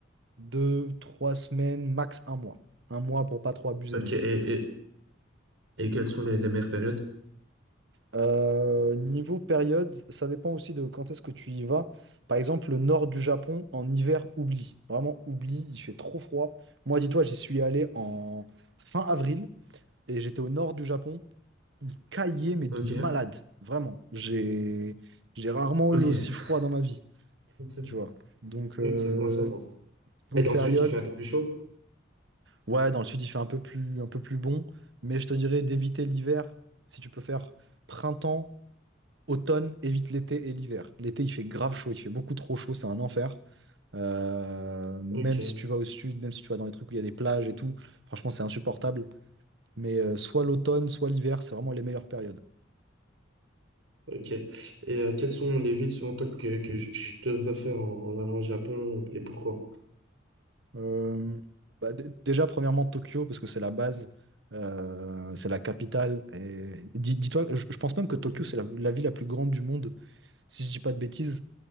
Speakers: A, on the right (about 60°); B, on the right (about 80°).
A: deux, trois semaines, max un mois. Un mois pour pas trop abuser
B: Ok.
A: non plus.
B: Et, et, et quelles sont les, les meilleures périodes?
A: Euh, niveau période, ça dépend aussi de quand est-ce que tu y vas. Par exemple, le nord du Japon, en hiver, oublie. Vraiment, oublie, il fait trop froid. Moi, dis-toi, j'y suis allé en fin avril et j'étais au nord du Japon. Il caillait, mais de
B: Ok.
A: malade. Vraiment. J'ai j'ai rarement
B: Ok.
A: eu aussi froid dans ma vie,
B: C'est
A: tu vois. Donc,
B: donc
A: euh,
B: c'est bon à savoir.
A: niveau
B: Et dans
A: période,
B: le sud, il fait un peu plus chaud?
A: ouais, dans le sud, il fait un peu plus, un peu plus bon. Mais je te dirais d'éviter l'hiver si tu peux faire printemps Automne évite l'été et l'hiver. L'été, il fait grave chaud, il fait beaucoup trop chaud, c'est un enfer. Euh, même
B: Ok.
A: si tu vas au sud, même si tu vas dans les trucs où il y a des plages et tout, franchement, c'est insupportable. Mais euh, soit l'automne, soit l'hiver, c'est vraiment les meilleures périodes.
B: Ok. Et euh, quelles sont les villes selon toi que, que je devrais faire en, en allant au Japon et pourquoi?
A: Euh, bah, dé- déjà, premièrement, Tokyo, parce que c'est la base, euh, c'est la capitale. Et dis- dis-toi, je, je pense même
B: Mhm.
A: que Tokyo, c'est la, la ville la plus grande du monde, si je dis pas de bêtises.